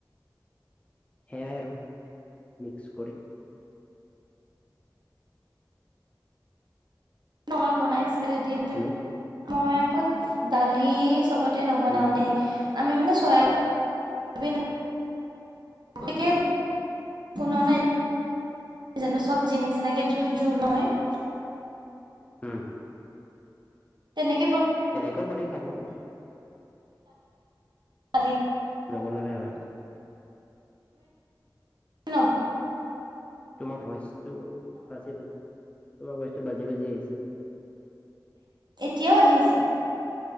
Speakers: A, on the left; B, on the right.
A: <unintelligible> সেয়াই আৰু মিক্স কৰি <inaudible>
B: <unintelligible> অলপ বনাইছিলে যদি তেন্তে
A: হেল্ল'
B: মই আকৌ দালি চবত <unintelligible> <unintelligible> চবতে নবনাওঁ
A: উম হম
B: দেই আমি মানে চয়াবিন <unintelligible> <unintelligible> তেনেকে বনোৱা নাই <inaudible> <unintelligible> যান সব জিনছ তেনেকে জোল নহয় <unintelligible>
A: হুম <unintelligible>
B: তেনেকে <unintelligible>
A: <unintelligible> এনেকৈও পাৰি খাব <inaudible>
B: খালি <unintelligible>
A: <unintelligible> নবনালে হয় <inaudible>
B: হ্ল <unintelligible>
A: <unintelligible> তোমাৰ ভইচটো ফাটি-ফাটি <inaudible> <unintelligible> তোমাৰ ভ‌ইচটো বাজি-বাজি আহিছে <inaudible>
B: <unintelligible> এতিয়াও আহি আছে <inaudible>